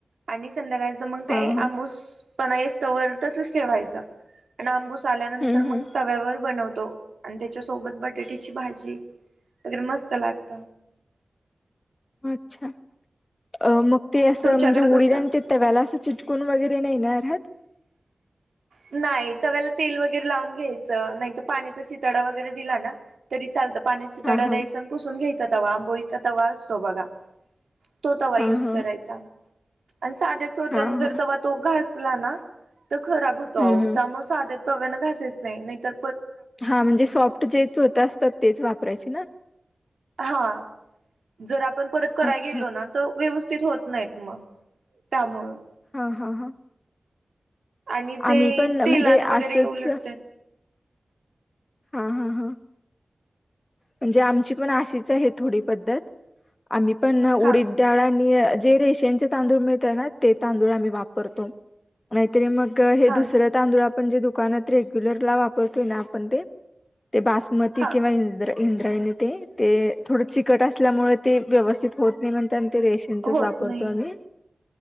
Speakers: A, on the right (about 85°); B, on the left (about 35°).
A: आणि संध्याकाळचं मग ते
B: हा हा
A: आंबूस पण तसच ठेवायचं, आणि आंबूस झाल्यानंतर
B: हम्म
A: मग
B: हम्म
A: तव्यावर बनवतो. आणि त्याच्या सोबत बटाट्याची भाजी वगैरे मस्त लागत.
B: अच्छा अ मग ते असं
A: तुमच्याकडे
B: म्हणजे
A: कसं?
B: उडीद आणि ते तव्याला असं चट कोन वगैरे नाही ना राहत?
A: नाही, तव्याला तेल वगैरे लावून घ्यायचं नाही तर पाण्याचा शितडा वगैरे दिला ना तरी चालत. पाण्याची शिताडा
B: हा हा
A: द्यायचा आणि पुसून घ्यायचं. तवा आंबोळीचा तवा असतो बघा. तो तवा
B: हा
A: युज
B: हा
A: करायचा. आणि साध्या चौत्याने
B: हा
A: जर
B: हा
A: तेव्हा तो घासला ना तर खराब हो हो
B: हम्म हम्म
A: त्यामुळे साध तव्या ना घासायच नाही तर
B: हा म्हणजे सॉफ्ट जेच होत असतात तेच वापरायचे ना?
A: हा जर आपण परत कराय
B: अच्छा
A: गेलो ना तर व्यव नीट होत नाहीत मग त्यामुळं.
B: हा हा हा.
A: आणि ते
B: आम्ही पण
A: तेलान
B: म्हणजे
A: वगैरे
B: असंच
A: उलटत्यात.
B: हा हा हा. म्हणजे आमची पण आशीच आहे थोडी पद्धत. आम्ही पण ना उडीद
A: हा
B: डाळ जे रेशनचे तांदूळ मिळत ना ते तांदूळ आम्ही वापरतो. नाही तर मग हे
A: हा
B: दुसरं तांदूळ आप म्हणजे दुकानात रेग्युलरला वापरतोय ना आपण ते. ते बासमती
A: हा
B: किंवा इंद्र इंद्रायनी ते ते थोडं चिकट असल्यामुळे ते व्यवस्थित होत नाही म्हणताना ते रेशनचच
A: होत
B: वापरतो
A: नाही
B: आम्ही.